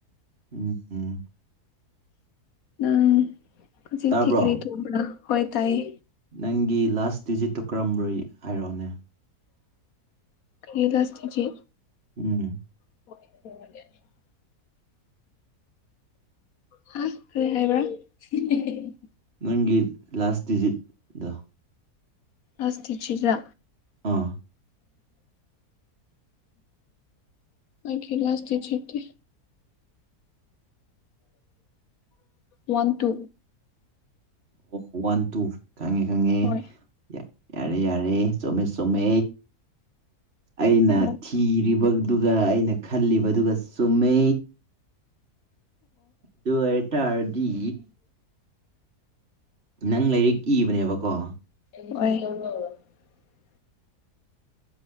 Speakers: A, on the right (about 40°); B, on the left (about 65°).
A: ꯎꯝ ꯎꯝ
B: ꯑꯪ ꯍꯧꯖꯤꯛ
A: ꯇꯥꯕ꯭ꯔꯣ
B: ꯊꯤ ꯈꯔꯤ ꯊꯣꯡꯕ꯭ꯔ ꯍꯣꯏ ꯇꯥꯏꯌꯦ
A: ꯅꯪꯒꯤ ꯂꯥꯁ ꯗꯤꯖꯤꯠꯇꯨ ꯀꯔꯝꯕꯣꯏ ꯍꯥꯏꯔꯛꯑꯣꯅꯦ
B: ꯏꯂꯁ ꯇꯆꯦ
A: ꯎꯝ
B: ꯍ ꯍꯦ ꯍꯥꯏꯥꯏꯕ <unintelligible>
A: ꯅꯪꯒꯤ ꯂꯥꯁ ꯗꯤꯖꯤꯠꯗ
B: ꯑꯁ ꯇꯆ꯭ꯔ
A: ꯑꯥ
B: ꯑꯩꯈꯂꯁꯇ ꯆꯇꯤ ꯋꯥꯟ ꯇꯨ
A: ꯑꯣ ꯋꯥꯟ ꯇꯨ ꯈꯪꯉꯦ ꯈꯪꯉꯦ
B: ꯍꯣꯏ
A: ꯌꯥꯏ ꯌꯥꯔꯦ ꯌꯥꯔꯦ ꯆꯨꯝꯃꯦ ꯆꯃꯦ ꯑꯩꯅ
B: ꯑꯣ
A: ꯊꯤꯔꯤꯕꯗꯨꯒ ꯑꯩꯅ ꯈꯜꯂꯤꯕꯗꯨꯒ ꯆꯨꯝꯃꯦ ꯑꯗꯨ ꯑꯦꯇꯥꯔꯗꯤ ꯅꯪ ꯂꯥꯏꯔꯤꯛ ꯏꯕꯅꯦꯕꯀꯣ
B: ꯑꯣꯏ